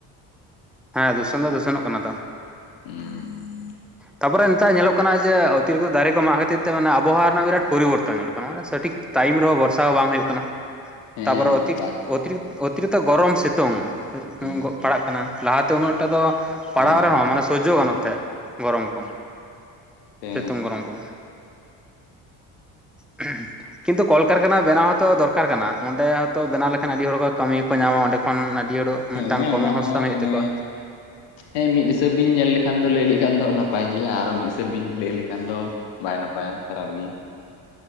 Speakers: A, in the centre; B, on the left.
A: ᱦᱮᱸ ᱫᱩᱥᱚᱱ ᱫᱚ ᱫᱩᱥᱚᱱᱚᱜ ᱠᱟᱱᱟ ᱛᱚ
B: ᱦᱮᱸ
A: ᱛᱟᱯᱚᱨ ᱱᱮᱛᱟᱨ ᱧᱮᱞᱚᱜ ᱠᱟᱱᱟ ᱡᱮ ᱚᱛᱤᱨᱤᱠᱛᱚ ᱫᱟᱨᱮ ᱠᱚ ᱢᱟᱜ ᱠᱷᱟᱹᱛᱤᱨ ᱛᱮ ᱟᱵᱚᱦᱟᱣᱟ ᱨᱮᱱᱟᱜ ᱵᱤᱨᱟᱴ ᱯᱚᱨᱤᱵᱚᱨᱛᱚᱱ ᱧᱮᱞᱚᱜ ᱠᱟᱱᱟ ᱢᱟᱱᱮ ᱥᱚᱴᱷᱤᱠ ᱴᱟᱭᱤᱢ ᱨᱮᱦᱚᱸ ᱵᱚᱨᱥᱟ ᱦᱚᱸ ᱵᱟᱝ ᱦᱩᱭᱩᱜ ᱠᱟᱱᱟ,
B: ᱦᱮᱸ
A: ᱛᱟᱯᱚᱨᱮᱚᱛᱤᱠ
B: ᱵᱟᱭ
A: ᱚᱛᱤᱨᱤᱠ ᱚᱛᱤᱨᱤᱠᱛᱚ ᱜᱚᱨᱚᱢ ᱥᱤᱛᱩᱝ
B: ᱦᱩᱸ
A: ᱯᱟᱲᱟᱜ ᱠᱟᱱᱟ ᱞᱟᱦᱟᱛᱮ ᱩᱱᱟᱹᱜᱴᱟ ᱫᱚ ᱯᱟᱲᱦᱟᱣ
B: ᱦᱮᱸ
A: ᱨᱮᱦᱚᱸ ᱢᱟᱱᱮ ᱥᱚᱡᱚ ᱜᱟᱱᱚᱜ ᱛᱮ ᱜᱚᱨᱚᱢ ᱠᱚ
B: ᱦᱮᱸ
A: ᱥᱤᱛᱩᱝ ᱜᱚᱨᱚᱢ ᱠᱚ᱾ <unintelligible> ᱠᱤᱱᱛᱩ ᱠᱚᱞᱠᱟᱨᱠᱷᱟᱱᱟ ᱵᱮᱱᱟᱣ ᱦᱚᱸᱛᱚ ᱫᱚᱨᱠᱟᱨ ᱠᱟᱱᱟ ᱚᱸᱰᱮ ᱦᱚᱸᱛᱚ ᱵᱮᱱᱟᱣ ᱞᱮᱠᱷᱟᱱ ᱟᱹᱰᱤ ᱦᱚᱲ ᱠᱚ ᱠᱟᱹᱢᱤ ᱠᱚ ᱧᱟᱢᱟ ᱚᱸᱰᱮ ᱠᱷᱚᱱ ᱟᱹᱰᱤ ᱦᱚᱲ
B: ᱦᱮᱸ
A: ᱢᱤᱫᱴᱟᱝ ᱠᱚᱢᱚᱦᱚᱥᱛᱷᱟᱱ
B: ᱚᱱᱟ ᱦᱚᱸ
A: ᱦᱩᱭᱩᱜ
B: ᱢᱟᱱᱮ
A: ᱛᱟᱠᱚᱣᱟ᱾
B: ᱦᱮᱸ ᱢᱤᱫ ᱦᱤᱥᱟᱹᱵ ᱵᱤᱧ ᱧᱮᱞ ᱞᱮᱠᱷᱟᱱ ᱫᱚ ᱞᱟᱹᱭ ᱞᱮᱠᱷᱟᱱ ᱫᱚ ᱱᱟᱯᱟᱭ ᱜᱮᱭᱟ, ᱟᱨᱚ ᱢᱤᱫ ᱦᱤᱥᱟᱹᱵ ᱵᱤᱱ ᱞᱟᱹᱭ ᱞᱮᱠᱷᱟᱱ ᱫᱚ ᱵᱟᱭ ᱱᱟᱯᱟᱭᱟ ᱠᱷᱟᱨᱟᱯ ᱜᱤ᱾